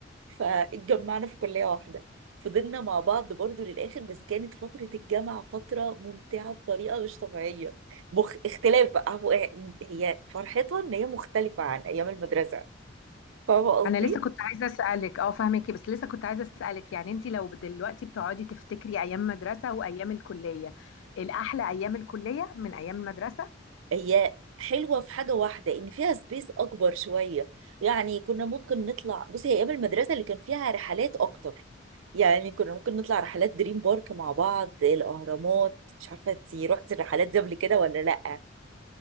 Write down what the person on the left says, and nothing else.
انا لسه كنت عايزه اسالك اه فاهمكي بس لسه كنت عايزه اسالك يعني انت لو دلوقتي بتقعدي تفتكري ايام مدرسه وايام الكليه الاحلى ايام الكليه من ايام المدرسه